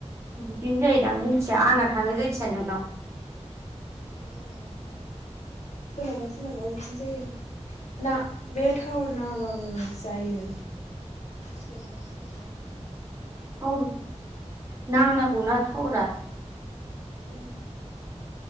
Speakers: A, on the right; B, on the left.
A: बिदिनो जायोदां
B: थाव
A: मिथिया आंना थाङो
B: उम
A: जायखिजाया नोंनाव
B: नाङाबाबो थांनो सोरनावबा सोरनावबा बिदिनो जायो ना बे थावार नाङाबाबो जायो सोरनाबा <unintelligible>
A: हो नांनांगौना थावारा
B: ओम